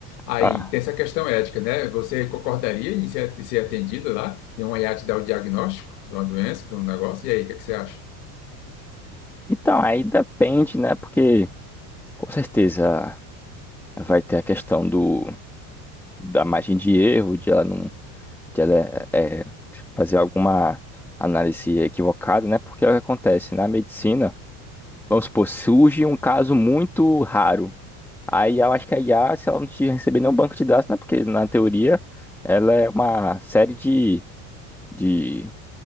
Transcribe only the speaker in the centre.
Ah.
Então, aí depende, né? Porque com certeza vai ter a questão do da margem de erro, de ela não, de ela é, é, fazer alguma análise equivocada, né? Porque é o que acontece na medicina, vamos supor, surge um caso muito raro. Aí eu acho que a IA, se ela não te receber nenhum banco de dados, né? Porque na teoria ela é uma série de, de